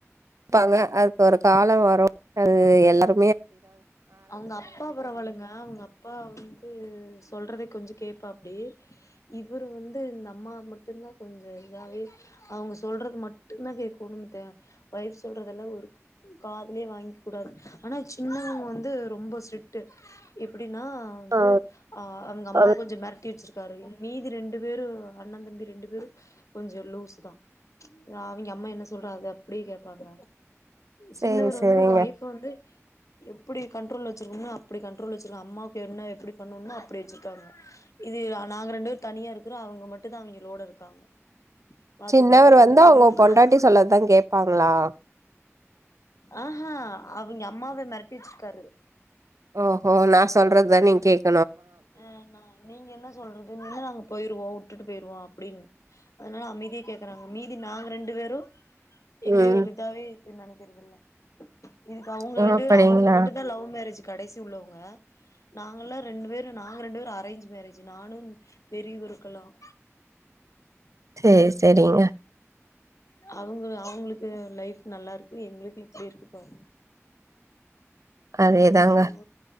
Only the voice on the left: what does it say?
அவுங்க அப்பா பரவாலங்க அவுங்க அப்பா வந்து சொல்றது கொஞ்சோ கேப்பாப்டி இவரு வந்து இந்த அம்மா மட்டும்தான் கொஞ்சோ இதாவே அவுங்க சொல்றது மட்டும்தான் கேட்கோனும்து வொய்ஃப் சொல்றதல்லாம் ஒரு காதுலயே வாங்கிக்க கூடாது ஆனா சி சின்னவங்க வந்து ரொம்ப ஸ்ட்ரிக்ட் எப் எப்டின்னா வந்து
அ அவுங்க அம்மாவ
கொஞ்சோ மெரட்டி வச்சிருக்காரு மி பி ரெண்டு பேரும் அண்ணா தம்பி ரெண்டு பேரும் கொஞ்சம் லூஸ் தான் ச் அவிங்க அம்மா என்ன சொல்றாங்க அது அப்டியே கேப்பாங்க
சின்னவரு
வந்து ஒய்ஃப் வந்து எப்புடி கண்ட்ரோல்ல வச்சுருக்கும்னா அப்புடி கண்ட்ரோல்ல வச்சுருக்கே அம்மாவுக்கு என்ன எப்புடி பண்ணணும்னோ அப்புடி வச்சுருக்காங்க இது நாங்க ரெண்டு பேரு தனியா இருக்கிறோ அவுங்க மட்டுதா அவெங்கலோட இருக்காங்க பாத்துக்குங்க
இதுல இருந்து
தெரியுதுங்களா
ஆ ஹ அவிங்க அம்மா மெரட்டி வச்சுக்காரு
ஆ நா நீங்க என்ன சொல்றது நிலா அங்க போயிருவோ விட்டுட்டு போயிருவோம் அப்டின்னு அதனால அமைதிய கேக்குறாங்க அ மீதி நாங்க ரெண்டு வேரும் எங்களயு
ஒரு இதாவே நெனக்கிறது இல்ல இதுக்கு அவுங்க
ரெண்டு
பேரு அவுங்க மட்டுந்தா லவ் மேரேஜ் கடைசி உள்ளவுங்க நாங்கலா ரெண்டு பேர் நாங்க ரெண்டு பேரு அரேஞ்ச் மேரேஜ் நானும் பெரிய வருக்கெல்லாம்
அவுங்க அவுங்களுக்கு லைஃப் நல்லா இருக்கு எங்களுக்கு இப்டி இருக்கு பாருங்க
அதா